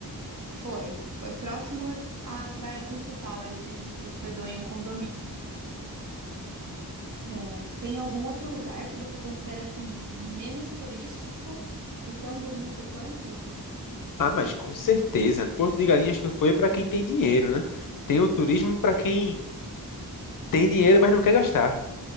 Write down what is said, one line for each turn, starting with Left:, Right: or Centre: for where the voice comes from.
Right: foi, foi próximo à praia principal ali que a gente se hospedou em um condomínio. É, Tem algum outro lugar que você considera assim menos turístico e tão bonito quanto?
Left: Ah, mas com certeza. Porto de Galinhas tu foi pra quem tem dinheiro, né? Tem o turismo pra quem tem dinheiro, mas não quer gastar.